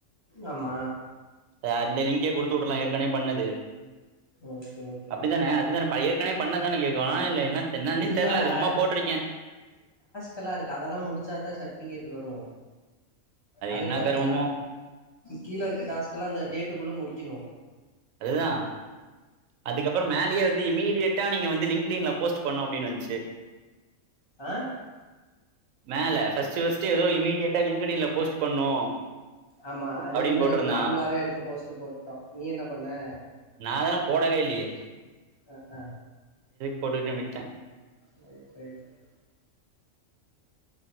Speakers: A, on the left; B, on the right.
A: ஆமா
B: அ அந்த லிங் இங்கியே குடுத்து உட்றுலா ஏற்கனவே பண்ணது
A: ஓகே ஓகே
B: அப்டிதானே அதுதானே பயர் ஏற்கனவே பண்ணது இதானே கேக்கோ இல்ல இதானே கேக்கு இன்னான்னே
A: இல்லடா
B: தெர்ல அது சும்மா போட்டுருக்கே
A: கலா இருக்கு அதெலா முடிச்சாதா சர்ட்டிஃபிகேட்டு வரோ அது
B: என்ன
A: பாத்தியா
B: கருமமோ
A: கீழ இருக்க டாஸ்க் இதல அந்த டேட்டுக்குள்ள முடிக்கணு
B: அதுதா அதுக்கப்புரோ மேலியே வந்து இமி இமிடியட்டா நீங்க வந்து லிங்க் கிரின்ல போஸ்ட் பண்ணோ அப்டினு வச்சு
A: ஆ
B: மேல ஃபஸ்டு ஃபஸ்டு ஏதோ இமிடியேட் ஏ லிங்கடின்ல போஸ்ட் பண்ணு
A: ஆமா அது
B: அப்டின்னு
A: வந்து
B: போட்டிருந்தா
A: நம்ம நார்மலாவே எடுத்து போஸ்டு போட்டோ நீ என்ன ஒன்ன
B: அதலா போடவே இல்லியே
A: ஆ ஆ
B: போட்டுகுட்டு விட்டே
A: ரைட் ரைட் ரைட்